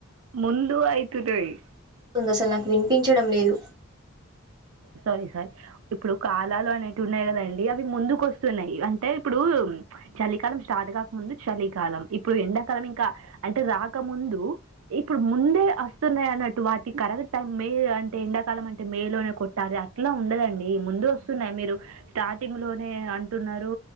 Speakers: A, on the right; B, on the right.
A: ముందు అయితున్నాయి హే
B: నువ్వు అసలు నాకు వినిపించడం లేదు
A: సారీ సారీ ఇప్పుడు కాలాలు అనేటివి ఉన్నాయి కదండి అవి ముందుకు వస్తున్నాయి అంటే ఇప్పుడు చలికాలం స్టార్ట్ కాకముందు చలికాలం ఇప్పుడు ఎండాకాలం ఇంకా అంటే రాకముందు ఇప్పుడు ముందే వస్తున్నాయి అన్నట్టు వాటికి కరెక్ట్ టైం మే అంటే ఎండాకాలం అంటే మే లోనే కొట్టాలి అట్లా ఉండదండి ముందు వస్తున్నాయి మీరు స్టార్టింగ్ లోనే అంటున్నారు